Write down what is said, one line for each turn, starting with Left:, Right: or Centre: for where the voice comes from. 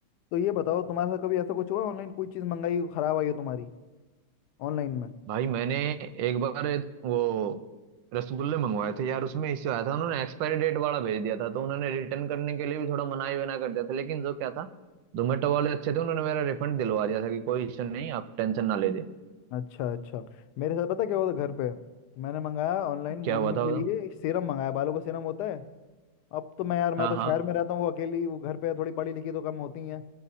Left: तो ये बताओ तुम्हारे साथ कभी ऐसा कुछ हुआ ऑनलाइन कोई चीज़ मंगाई ख़राब आई हो तुम्हारी ऑनलाइन में
Right: भाई मैंने एक बार वो रसगुल्ले मंगवाए थे यार उसमें इश्यू आया था उन्होंने एक्सपायरी डेट वाला भेज दिया था तो उन्होंने रिटर्न करने के लिए भी थोड़ा मनाही वना कर दिया था लेकिन जो क्या था जोमेटो वाले अच्छे थे उन्होंने मेरा रिफंड दिलवा दिया था कि कोई इश्यू नहीं आप टेंशन ना ले दे
Left: अच्छा अच्छा मेरे साथ पता क्या हुआ था घर पे मैंने मंगाया ऑनलाइन
Right: क्या
Left: मम्मी
Right: हुआ था
Left: के
Right: बताओ
Left: लिए सीरम मंगाया बालों का सीरम होता है अब तो मैं यार मैं
Right: हाँ
Left: तो
Right: हाँ
Left: शहर में रहता हूँ वो अकेली वो घर पे है, थोड़ी पढ़ी लिखी तो कम होती है